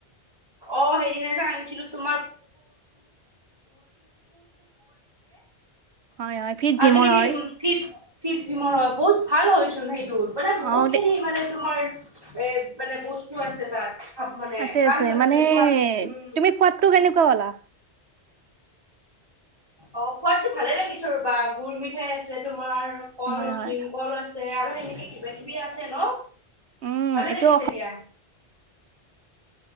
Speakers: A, on the right; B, on the right.
A: অ সেইদিনা যে আনিছিলো, তোমাৰ <unintelligible>
B: হয় হয় ফিট
A: আজি
B: ভীমৰ
A: <unintelligible>
B: হয়
A: <unintelligible> বহুত ভাল হয়চোন সেইটো, মানে বহুত
B: অ
A: খিনি
B: দে
A: মানে তোমাৰ এ মানে বস্তু আছে তাত মানে
B: আছে
A: ভাল
B: আছে
A: ভাল
B: মানে
A: আছে তোমাৰ উম
B: তুমি সোৱাদটো কেনেকুৱা পালা?
A: অ সোৱাদটো ভালে লাগিছে ৰবা। গুৰ মিঠাই আছে তোমাৰ কল,
B: হয় হয়
A: ভীমকল আছে আৰু সেনেকে কিবা কিবি আছে ন!
B: উম
A: ভালে
B: এইটো
A: লাগিছে দিয়া।